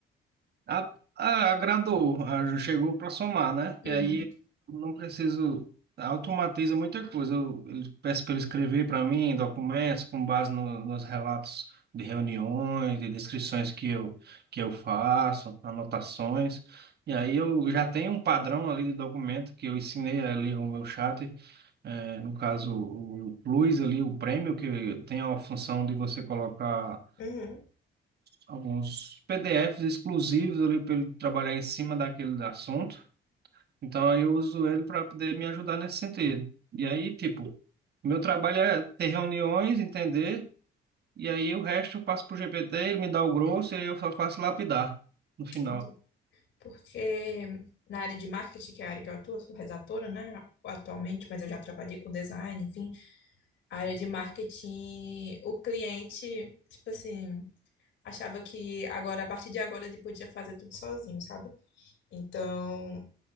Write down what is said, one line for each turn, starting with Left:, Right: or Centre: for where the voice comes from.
Right: A- a- agradou, a- chegou para somar, né?
Left: Hum,
Right: E aí eu não preciso, automatiza muita coisa. Eu, eu peço para ele escrever para mim documentos com base no- nos relatos de reuniões, de descrições que eu, que eu faço, anotações. E aí eu já tenho um padrão ali de documento que eu ensinei ali o meu chat, eh, no caso o Plus ali, o prêmio, que tem a função de você colocar
Left: uhum,
Right: alguns PDFs exclusivos ali para ele trabalhar em cima daquele assunto. Então, aí eu uso ele para poder me ajudar nesse sentido. E aí, tipo, meu trabalho é ter reuniões, entender, e aí o resto eu passo para o GPT, ele me dá o grosso e aí eu só faço lapidar no final.
Left: entendi. Porque na área de marketing, que é a área que eu atuo, eu sou redatora, né, atualmente, mas eu já trabalhei com design, enfim. A área de marketing, o cliente, tipo assim, achava que agora, a partir de agora, ele podia fazer tudo sozinho, sabe? Então,